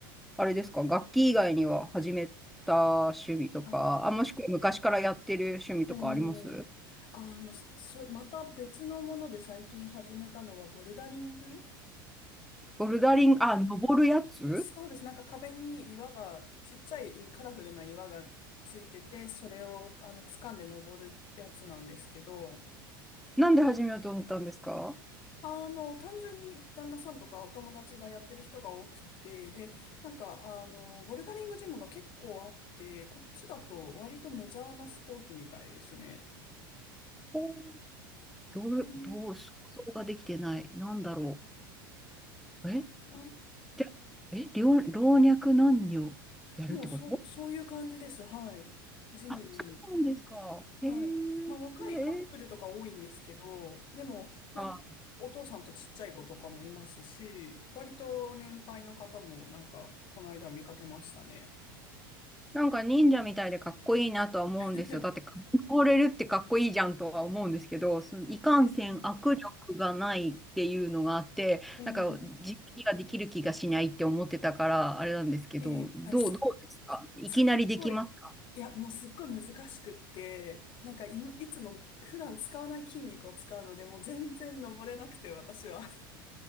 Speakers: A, in the centre; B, on the left.
A: あれですか、楽器以外には始めた趣味とか、
B: あ、
A: あ、もしくは昔からやってる趣味とかあります
B: ええあの、そ、そまた別のもので最近始めたのはボルダリングっ
A: ボルダリング、
B: て
A: あ、登るやつうん
B: そうです。なんか壁に岩が、ちっちゃいカラフルな岩がついてて、それをあの掴んで登るやつなんですけど、
A: なんで始めようと思ったんですか
B: あの、単純に旦那さんとかお友達がやってる人が多くて、で、なんか、あの、ボルダリングジムが結構あって、こっちだと割とメジャーなスポーツみたいですね。
A: うんどう、
B: で
A: どう、想像ができてない。なんだろう。え
B: なん
A: じゃ、え、老、老若男女やるってこと
B: もうそう、そういう感じです。はい。ジムに。
A: あ、そうなんですか。
B: はい。
A: へえ、え
B: まあ若いカップルとか多いんですけど、
A: ー、
B: でもなんかお父さんとちっちゃい子とかもいますし、
A: あ、
B: 割と年配の方もなんかこの間見かけましたね。
A: なんか忍者みたいでかっこいいなとは思うんですよ。
B: <laughs>
A: だって、か倒れるってかっこいいじゃんとは思うんですけど、そのいかんせん握力がないっていうのがあって、
B: えー、えー、
A: なんか実技ができる気がしないって思ってたから、あれなんですけど、
B: えーあれす、
A: どう、どうですかいきなりできます
B: すっごい、いや、もうすっごい難しくって、なんかいむ、いつも普段使わない筋肉を使うので、もう全然登れなくて私は。